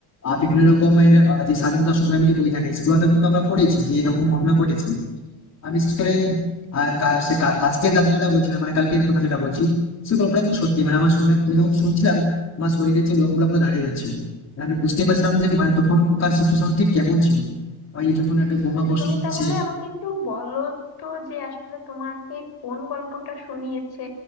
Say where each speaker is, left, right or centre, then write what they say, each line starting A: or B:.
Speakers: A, on the left; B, on the left.
A: আহ, বিভিন্ন রকমের আহ, যে স্বাধীনতা সংগ্রামী যে বই থাকে সেগুলোতে কিন্তু আমরা পড়েছি যে এরকম ঘটনা ঘটেছে আমি বিশেষ করে
B: হুম।
A: আহ, কা- সে কা- আজকের দাদু যেটা বলছিলাম মানে কালকের কথা যেটা বলছি সে গল্পটা কিন্তু সত্যি মানে আমার শুনে আমি যখন শুনছিলাম আমার শরীরের যে লোমগুলো পুরো দাঁড়িয়ে যাচ্ছিল মানে আমি বুঝতে পারছিলাম যে মানে তখনকার সিচুয়েশন ঠিক কেমন ছিল ওই যখন একটা বোমা
B: আচ্ছা
A: বর্ষণ
B: তুমি
A: হচ্ছে
B: তাহলে আমাকে একটু বলো তো যে আসলে তোমাকে কোন গল্পটা শুনিয়েছে